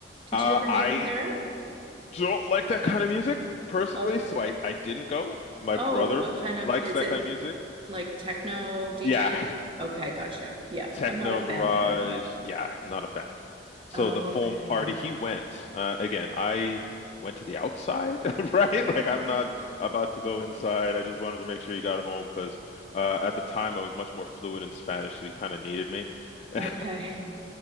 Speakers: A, on the right (about 30°); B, on the left (about 40°).
A: Did
B: Uh,
A: you ever make
B: I
A: it there?
B: don't like that kind of music personally,
A: Oh,
B: so I, I didn't go. My
A: oh,
B: brother
A: what kind of,
B: likes
A: is
B: that
A: it
B: kind of music.
A: like techno DJ?
B: Yeah,
A: Okay, gotcha. Yeah,
B: techno
A: I'm not a fan
B: garage.
A: either, but
B: Yeah, not a fan. So
A: okay.
B: the foam party, he went. Uh, again, I went to the outside, <laughs> right?
A: Okay.
B: Like I'm not about to go inside. I just wanted to make sure he got home because uh, at the time I was much more fluent in Spanish, so he kind of needed me. <laughs>
A: Okay.